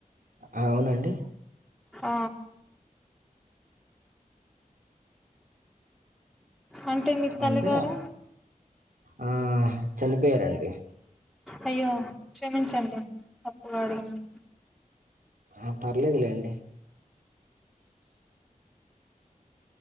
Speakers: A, on the right; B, in the centre.
A: అవునండి
B: ఆ అంటే మీ తల్లిగారు
A: అంటే ఆ చనిపోయారండి.
B: అయ్యో క్షమించండి తప్పుగా అడిగినా
A: ఆ పర్లేదు లెండి